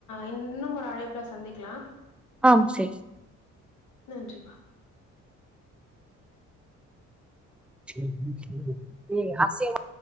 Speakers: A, on the left; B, in the centre.
A: இன்னு ஒரு அழைப்புல சந்திக்கலா
B: ஆம் சேரி
A: நன்றிப்பா
B: <unintelligible> எ ஆசையா தா